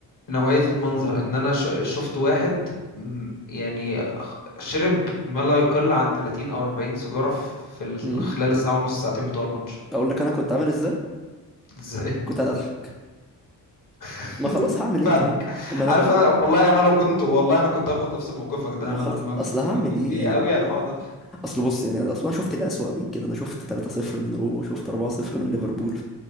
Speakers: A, on the left; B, in the centre.
A: نوعية المنظر ان انا ش- شفت واحد م، يعني خ- شرب ما لا يقل عن 30 او 40 سيجارة ف- في ال-
B: امم
A: خلال الساعة ونص ساعتين بتوع الماتش
B: اقول لك انا كنت عامل ازاي
A: ازاي
B: كنت قاعد اضحك
A: <laughs>
B: ما خلاص هعمل ايه
A: فاهمك
B: طيب ما انا
A: عارف انا والله انا لو كنت والله انا كنت هاخد نفس موقفك ده
B: ما
A: انا
B: خلاص
A: لما
B: اصل هعمل
A: بتضيق
B: ايه
A: بيا
B: يعني
A: قوي انا هقعد اضحك
B: اصل بص يعني انا اصلا شفت الأسوأ من كده انا شفت 3-0 من روما وشفت 4-0 من ليفربول